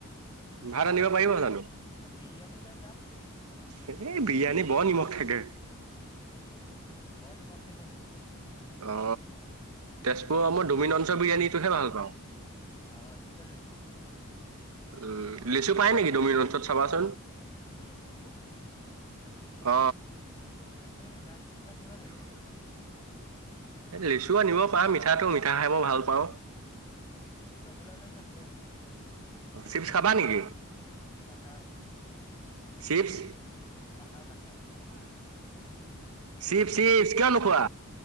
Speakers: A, on the right (about 85°); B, on the left (about 20°).
A: ভাড়া নিব পাৰিব জানো?
B: বিৰিয়ানী লৈ যাম।
A: এ বিৰিয়ানী বৰ নিমখ থাকে।
B: বৰ নিমখ থাকে নেকি?
A: অ তেজপুৰৰ, মই ডমিনঞ্চৰ বিৰিয়ানীটোহে ভাল পাওঁ।
B: হঅ সেটোকে লৈ যাম।
A: উম লেচু পায় নেকি ডমি ৰঞ্চত চাবাচোন।
B: লেছু
A: অ
B: লেচু এই ইনভাৰ্চিটি পৰা নিব লাগিব।
A: লিচুও আনিব পাৰা মিঠাটো মিঠা খাই মই ভাল পাওঁ।
B: উম ৰচগোলা লৈ যাম দে।
A: চিপছ খাবা নেকি?
B: নাখাও
A: চিপছ
B: নাখাওঁ নাখাওঁ
A: চিৱ চিপচ কিয় নোখোৱা